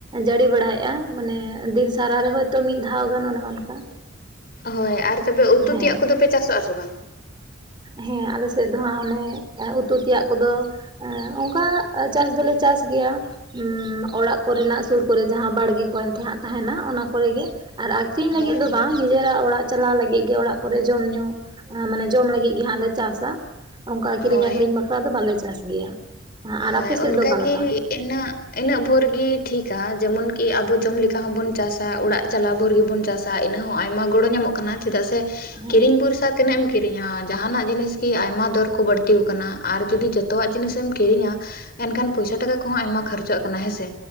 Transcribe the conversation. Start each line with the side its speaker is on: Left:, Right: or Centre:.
Right: ᱡᱟᱹᱲᱤ ᱵᱟᱲᱟᱭᱮᱫᱼᱟ, ᱢᱟᱱᱮ ᱫᱤᱱ ᱥᱟᱨᱟ ᱨᱮᱦᱚ ᱦᱚᱭᱛᱳ ᱢᱤᱫ ᱫᱷᱟᱣ ᱜᱟᱱ ᱚᱱᱮ ᱚᱱᱠᱟ᱾
Left: ᱦᱳᱭ ᱟᱨ ᱛᱚᱵᱮ ᱩᱛᱩ
Right: ᱦᱮᱸ
Left: ᱛᱮᱭᱟᱜ ᱠᱚᱫᱚᱯᱮ ᱪᱟᱥᱚᱜ ᱟᱥᱮ ᱵᱟᱝ?
Right: ᱦᱮᱸ᱾ ᱟᱞᱮ ᱥᱮᱫ ᱫᱚ ᱦᱟᱸᱜ ᱚᱱᱮ ᱩᱛᱩ ᱛᱮᱭᱟᱜ ᱠᱚᱫᱚᱼᱼ ᱮ ᱚᱱᱠᱟ ᱪᱟᱥ ᱫᱚᱞᱮ ᱪᱟᱥ ᱜᱮᱭᱟ᱾ ᱚᱲᱟᱜ ᱠᱚᱨᱮᱱᱟᱜ ᱥᱩᱨ ᱠᱚᱨᱮ ᱡᱟᱦᱟᱸ ᱵᱟᱲᱜᱮ ᱠᱚ ᱮᱱᱛᱮ ᱦᱟᱸ ᱛᱟᱦᱮᱱᱟ ᱚᱱᱟ ᱠᱚᱨᱮᱜ᱾ ᱟᱨᱼᱼ ᱟᱠᱠᱷᱨᱤᱧ ᱞᱟᱹᱜᱤᱫ
Left: ᱦᱳᱭ
Right: ᱫᱚ ᱵᱟᱝ᱾
Left: ᱦᱳᱭ
Right: ᱱᱤᱡᱮᱨᱟᱜ ᱚᱲᱟᱜ ᱪᱟᱞᱟᱣ ᱞᱟᱹᱜᱤᱫ ᱜᱮ ᱚᱲᱟᱜ ᱠᱚᱨᱮ ᱡᱚᱢ ᱧᱩ ᱢᱟᱱᱮᱼᱼ ᱡᱚᱢ ᱞᱟᱹᱜᱤᱫ ᱜᱮ ᱦᱟᱸᱜ ᱞᱮ ᱪᱟᱥᱟ, ᱚᱱᱠᱟ ᱠᱤᱨᱤᱧ
Left: ᱦᱳᱭ
Right: ᱟᱠᱷᱨᱤᱧ-ᱵᱟᱠᱷᱨᱟ ᱫᱚ ᱵᱟᱞᱮ ᱪᱟᱥ ᱜᱮᱭᱟ᱾ ᱟᱨ
Left: ᱦᱳᱭ,
Right: ᱟᱯᱮ ᱥᱮᱫ
Left: ᱚᱱᱠᱟᱜᱤ
Right: ᱫᱚ ᱚᱠᱟ ᱞᱮᱠᱟ
Left: ᱤᱱᱟᱹᱜᱼᱼ ᱤᱱᱟᱹᱜ ᱵᱷᱳᱨᱜᱤ ᱴᱷᱤᱠᱟ, ᱡᱮᱢᱚᱱ ᱠᱤ ᱟᱵᱚ ᱡᱚᱢ ᱞᱮᱠᱟ ᱦᱚᱸᱵᱚᱱ ᱪᱟᱥᱟ ᱚᱲᱟᱜ ᱪᱟᱞᱟᱣ ᱵᱷᱳᱨ ᱜᱮᱵᱚᱱ ᱪᱟᱥᱼᱼ ᱤᱱᱟᱹ ᱦᱚᱸ ᱟᱭᱢᱟ ᱜᱚᱲᱚ ᱧᱟᱢᱚᱜ ᱠᱟᱱᱟ, ᱪᱮᱫᱟᱜ ᱥᱮ
Right: ᱦᱮᱸ
Left: ᱠᱤᱨᱤᱧ ᱵᱷᱨᱥᱟᱼᱼ ᱛᱤᱱᱟᱹᱜ ᱮᱢ ᱠᱤᱨᱤᱧᱟ᱾ ᱡᱟᱦᱟᱱᱟᱜ ᱡᱤᱱᱤᱥ ᱜᱮᱤ ᱟᱭᱢᱟ ᱫᱚᱨ ᱠᱚ ᱵᱟᱹᱲᱛᱤ ᱟᱠᱟᱱᱟ ᱟᱨ ᱡᱩᱫᱤ ᱡᱚᱛᱚᱣᱟᱜ ᱡᱤᱱᱤᱥ ᱮᱢ ᱠᱤᱼᱼ ᱠᱤᱨᱤᱧᱟ᱾ ᱮᱱᱠᱷᱟᱱ ᱯᱚᱭᱥᱟ ᱴᱟᱠᱟ ᱠᱚᱦᱚᱸ ᱟᱭᱢᱟ ᱠᱷᱚᱨᱚᱪᱚᱜ ᱠᱟᱱᱟ ᱦᱮᱸᱥᱮ᱾